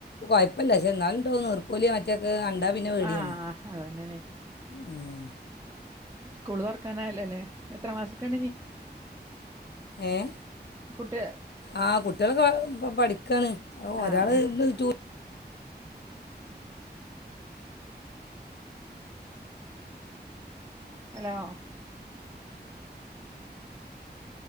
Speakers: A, on the left (about 75°); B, on the right (about 15°).
A: കൊഴപ്പല്ല. പക്ഷേ ഇന്നാലുണ്ടാവും നിർ കോലി <unintelligible> കണ്ടാ പിന്നെ പേടിയണേ
B: ആഹ് അതന്നെയാണെ
A: ആഹ് ആഹ് ഉം
B: സ്കൂള് തൊർക്കാനായല്ലോലേ? എത്രാം ക്ലാസ്ക്കാണ് ഇഞ്?
A: ഏഹേ
B: കുട്ട്
A: ആഹ് കുട്ട്യോളൊക്കെ ഇബടെ പഠിക്കാണ്. ഒരാള്
B: ആഹ്
A: ഇന്ന്
B: hello